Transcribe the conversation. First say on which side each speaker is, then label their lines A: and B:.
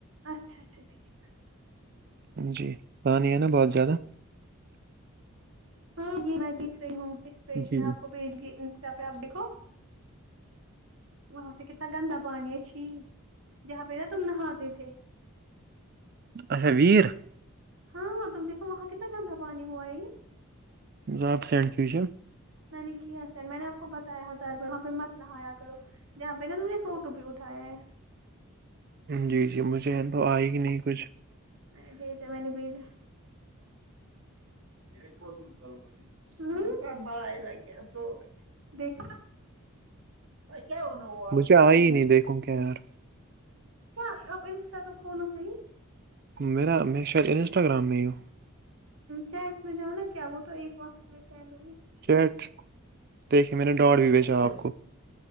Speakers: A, on the right; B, on the right.
A: اچھا اچھا ٹھیک <unintelligible>
B: جی پانی ہے نا بہت زیادہ
A: ہاں جی میں دکھ رہی ہوں اس پہ
B: جی
A: میں
B: جی
A: آپ کو بھیج گی انسٹا پہ آپ دھو وہاں سے کتنا گندا پانی ہے چھی جہاں پہ نا تم نہاتے تھے
B: اچھا ویر <unintelligible>
A: ہاں تم دیکو وہاں کتنا گندا پانی ہوا ہے یہ
B: جناب سینڈ کیج
A: میں نے کیا سین میں نے آپ کو بتایا ہزار ب وہاں پہ مت نہ آایا کرو جہاں پہ نا تو مجھے فوٹو بھی اٹھایا ہے
B: جی جی مجھے تو آئے گ نہیں کچھ
A: میں نے بھیجا میں نے بھیجا یہ کو س کل مجے <unintelligible> ہ ابائے لگیا سورے دیکھ ت کیا ن ا
B: مجھے آئی
A: کین
B: ہی نہیں
A: <unintelligible>
B: دیکھوں کیا یار
A: کیا آپ انسٹا تو کھولو صحی
B: میر نا میں شاید انسٹاگرام نو
A: چیٹس میں جاؤ نا کیا وہ تو ایک وقت میں سینڈ ہوں گی
B: چیٹ دیکھے میں نے ڈاڈھ بج
A: ہوگی
B: بجا آپ کو